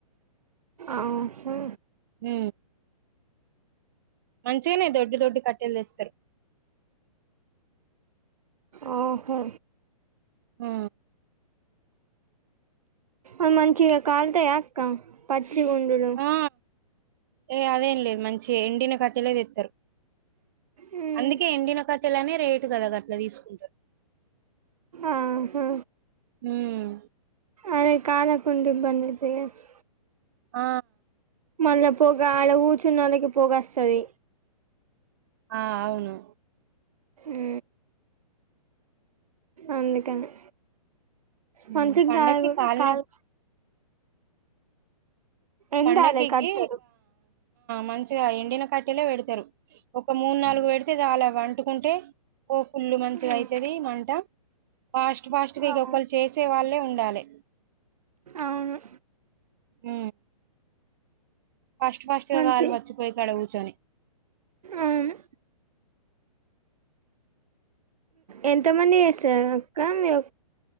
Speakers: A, on the right; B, on the right.
A: ఆహా
B: మ్ మంచిగనే దొడ్డు దొడ్డు కట్టెలు తెస్తారు
A: ఆ ఓహో
B: మ్
A: అ మంచిగా కాలతయా అక్క గుండులు
B: ఆ ఏ అదేం లేదు మంచి ఎండిన క ట్టెలెదెతరు
A: ఉమ్
B: అందుకే ఎండిన కట్టెలని రే కదా అదట్లా తీసుకుంటే
A: ఆహా
B: ఉమ్
A: అదె కాలకుండ బండిపోయేది
B: ఆ
A: మళ్ళా పోగా ఆడ కూర్చున్నోళ్ళకి పోగ అస్తది
B: ఆ అవును
A: ఉ అందుకని
B: ఉమ్
A: మంచిగాల్
B: పండక్కి కాలిన
A: కాల్ ఎండాలే
B: పండగకి
A: కట్టెలు
B: మంచి ఎండిన కట్టటిలా పెడతారు ఒక మూడు నాలుగు పెడితే చాలు అవంటుకుంటే ఓ పుల్లు మంచిగా
A: ఉమ్
B: అయితది మంట పాష్ ఫాస్ట్ గా
A: ఆ
B: ఒకరు చేసే వాళ్ళే ఉండాలి
A: అవును
B: హ ఫస్ట్ ఫస్ట్గాగా
A: మంచి
B: మ వచ్చిపోయి కడు కూర్చొని
A: అవును ఎంతమంది చేసారు అక్క మీ